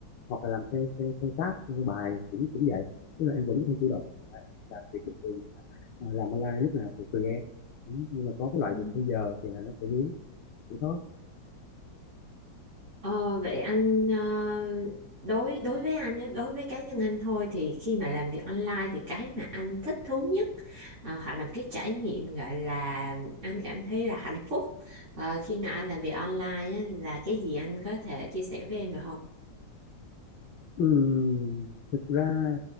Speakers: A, on the left; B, on the right.
A: hoặc là làm theo theo, theo task theo bài cũng cũng vậy tức là em vẫn có thể chủ động làm việc bình thường ờ, làm online lúc nào thì tùy em Ừ, nhưng mà có cái loại
B: Ừ.
A: việc theo giờ thì là nó sẽ vướng vậy thôi
B: Ờ, vậy anh ờ, đối đối với anh nhé, đối với cá nhân anh thôi thì khi mà làm việc online thì cái mà anh thích thú nhất ờ, hoặc là một cái trải nghiệm gọi là anh cảm thấy là hạnh phúc ờ, khi mà anh làm việc online á, là cái gì anh có thể chia sẻ với em được không?
A: Ừm, thực ra